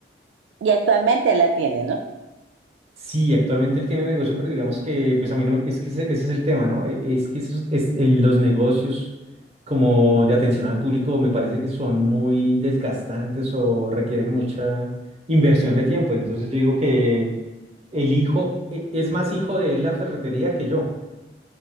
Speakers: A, on the right; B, on the right.
A: Y actualmente la tiene, ¿no?
B: Sí, actualmente él tiene negocio, pero digamos que pues a mí no, es que ese, ese es el tema, ¿no? E- Es que esos- es, el- los negocios como de atención al público me parece que son muy desgastantes o requieren mucha
A: Sí.
B: inversión de tiempo. Entonces yo digo que el hijo e- es más hijo de él la ferretería que yo.